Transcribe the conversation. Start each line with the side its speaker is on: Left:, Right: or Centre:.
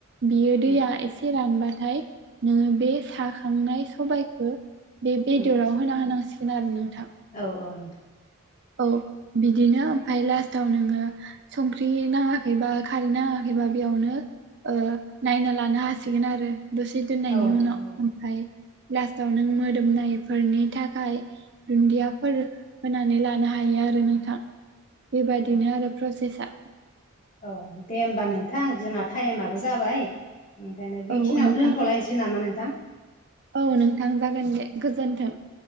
Right: बियो
Left: उम
Right: दैया एसे रानबाथाय नोङो
Left: उम
Right: बे साखांनाय सबबायखौ बे बेदराव
Left: उम
Right: होना होनांसिगोन आरो नोंथां।
Left: औ औ नोंथां
Right: औ बिदिनो ओमफ्राय लास्टाव नोङो संख्रि नाङाखैबा खारै नाङाखैबा बेयावनो ओ नायना लानो हासिगोन आरो दसे दोननायनि
Left: औ नोंथां
Right: उनाव ओमफ्राय लास औ नों मोदोमनायफोरनि थाखाय दुन्दियाफोर होनानै ला नों हायो आरो नोंथां बेबायदिनो
Left: औ
Right: आरो प्रसेसा
Left: औ दे होमबा नोंथां जोंहा टाइमाबो जाबाय। ओंखायनो बेखिनियावनो
Right: औ नोंथां
Left: दोनथ'लायनोसै नामा नोंथां?
Right: औ नोंथां जागोन दे गोजोनथों।